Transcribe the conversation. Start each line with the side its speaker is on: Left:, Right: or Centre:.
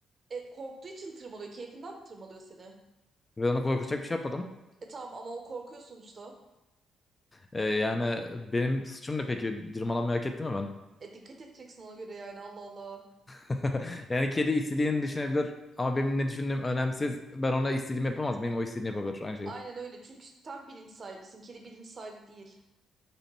Right: E, korktuğu için tırmalıyor. Keyfinden mi tırmalıyor seni?
Left: Ve ona korkacak bir şey yapmadım.
Right: E tamam ama o korkuyor sonuçta.
Left: Ee, yani benim suçum ne peki? Cırmalanmayı hak etti mi ben?
Right: E dikkat edeceksin ona göre yani Allah Allah.
Left: <laughs> Yani kedi istediğini düşünebilir ama benim ne düşündüğüm önemsiz. Ben ona istediğimi yapamaz. Benim o istediğini yapabilir. Aynı şekilde.
Right: Aynen öyle çünkü sen bilinç sahibisin. Kedi bilinç sahibi değil.